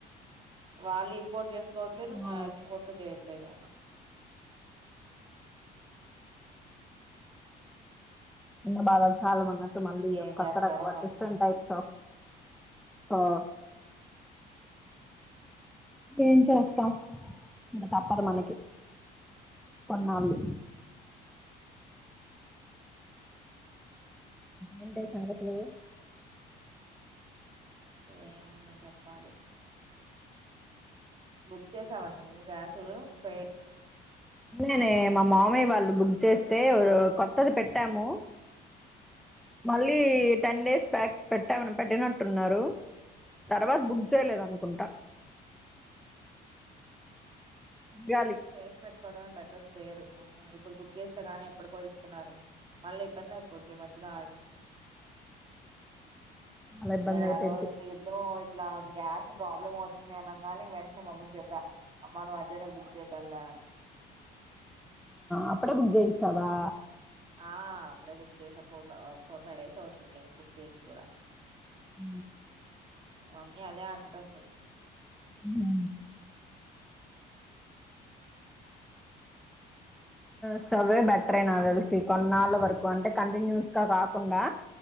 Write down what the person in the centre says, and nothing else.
ఆ
ఇకా బాల చాల మంద మళ్ళీ
కక్కరకు
డిఫరెంట్ టైప్స్ ఆఫ్ ఆ ఏం చేస్తాం తప్పదు మనకి కొన్నాళ్ళు ఏంటి సంగతులు
అనే మా మామయ్య వాళ్ళు బుక్ చేస్తే కొత్తది పెట్టాము మళ్ళీ టెన్ డేస్ బ్యాక్ పెట్టామ పెట్టినట్టున్నారు తర్వాత బుక్ చేయలేదు అనుకుంటా చెయ్యాలి
చాలా ఇబ్బంది
అయిపోయింది
అప్పుడే బుగ తవా
హ
ఆ స్టవే బెటరేనా కలిసి కొన్నాళ్ళ వరకు అంటే కంటిన్యూస్ గా కాకుండా